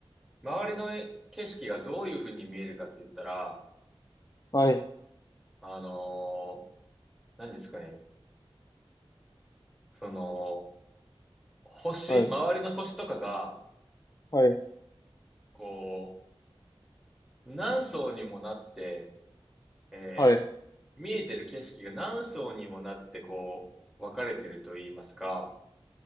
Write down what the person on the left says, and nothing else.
はい。
はい。
はい。
はい。